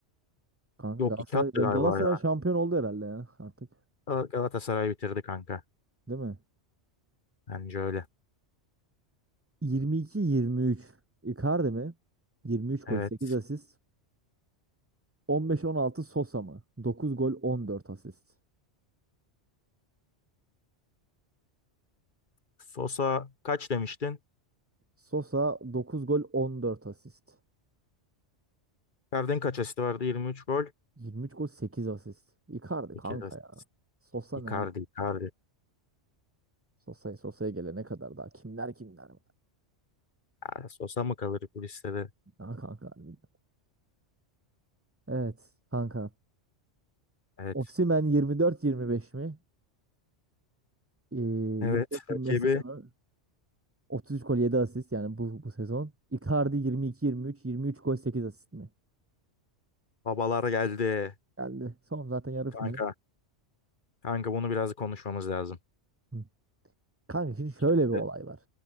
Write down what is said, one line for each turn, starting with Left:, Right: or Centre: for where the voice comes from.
Right: Kanka
Left: Yok
Right: Galatasaray,
Left: 2 attı galiba
Right: Galatasaray
Left: ya.
Right: şampiyon oldu herhalde ya artık.
Left: Gal- Galatasaray bitirdi kanka.
Right: Değil mi?
Left: Bence öyle.
Right: 22-23. Icardi mi? yirmi üç gol
Left: Evet.
Right: 8 asist. On beş on altı Sosa mı? 9 gol 14 asist.
Left: Sosa kaç demiştin?
Right: Sosa 9 gol 14 asist.
Left: Icardi'nin kaç asisti vardı? 23 gol.
Right: 23 gol 8 asist. Icardi kanka
Left: 8 asist.
Right: ya. Sosa
Left: Icardi,
Right: ne hal?
Left: Icardi.
Right: Sosa'ya Sosa'ya gelene kadar daha kimler kimler. var.
Left: Aa, Sosa mı kalır bu listede?
Right: Ha kanka harbiden. Evet kanka.
Left: Evet.
Right: Osimhen 24-25 mi? Ee, 24-25
Left: Evet, rakibi
Right: sezonu 33 gol 7 asist yani bu bu sezon. Icardi 22-23 23 gol 8 asist mi?
Left: Babalar geldi.
Right: Geldi. Son zaten yarı final.
Left: Kanka. Kanka bunu biraz konuşmamız lazım.
Right: Hı. Kanka şimdi şöyle
Left: Şimdi
Right: bir olay var.